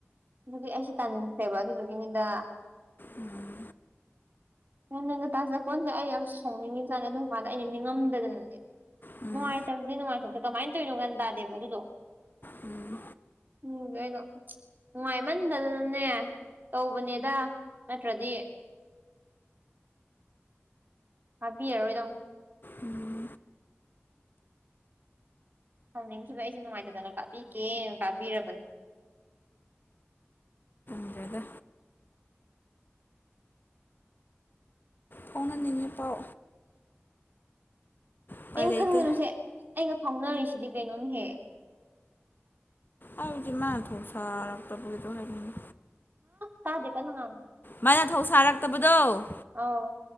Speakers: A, on the right (about 45°); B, on the left (about 50°).
A: ꯑꯗꯨꯒꯤ ꯑꯩꯁꯨ ꯇꯟꯁꯦꯕ ꯑꯗꯨꯗꯨꯒꯤꯅꯤꯗ
B: ꯎꯝ
A: ꯅ ꯅꯪ ꯉꯇꯥꯖꯀꯣꯟꯁꯦ ꯑꯩ ꯌꯥꯝ ꯁꯪꯅꯤꯡꯉꯤꯕꯖꯥꯠꯅꯦ ꯑꯗꯨꯝ ꯀꯥꯟꯗ ꯑꯩꯅ ꯅꯤꯡꯉꯝꯗꯗꯅꯅꯦ
B: ꯎꯝ
A: ꯅꯨꯡꯉꯥꯏꯇꯕꯁꯦ ꯅꯨꯡꯉꯥꯏꯇꯕꯁꯦ ꯀꯃꯥꯏꯅ ꯇꯧꯔꯤꯅꯣ ꯀꯟ ꯇꯥꯗꯦꯕ ꯑꯗꯨꯗꯣ
B: ꯎꯝ
A: ꯎꯝ ꯀꯩꯅꯣ ꯅꯨꯡꯉꯥꯏꯃꯟꯗꯗꯅꯅꯦ ꯇꯧꯕꯅꯦꯗ ꯅꯠꯇ꯭ꯔꯗꯤ ꯍꯥꯕꯤꯔꯔꯣꯏ ꯏꯗꯝ
B: ꯎꯝ
A: ꯍꯥꯎꯅꯤꯡꯈꯤꯕ ꯑꯩꯁꯦ ꯅꯨꯡꯉꯥꯏꯖꯗꯅ ꯀꯥꯕꯤꯒꯦꯅ ꯀꯥꯕꯤꯔꯕꯅꯦ <unintelligible>
B: ꯑꯗꯨꯗꯗ ꯐꯥꯎꯅꯅꯤꯡꯉꯤ ꯄꯥꯎ ꯎꯄꯥꯏ
A: ꯀꯩ
B: ꯂꯩꯇꯦ
A: ꯈꯟꯒꯅꯨꯁꯦ ꯑꯩꯒ ꯐꯥꯎꯅꯔꯤꯁꯤꯗꯤ ꯕꯩꯅꯣ ꯍꯦꯛ
B: ꯑꯥꯎ ꯖꯤꯃꯥ ꯊꯣꯛꯣꯛꯥ ꯔꯛꯇꯕꯨꯒꯗꯧ ꯍꯥꯏꯔꯅꯤ
A: ꯇꯥꯖꯦ ꯀꯩꯅꯅꯨꯡ ꯉ
B: ꯃꯥꯅ ꯊꯧꯁꯥꯔꯛꯇꯕꯗꯣ
A: ꯑ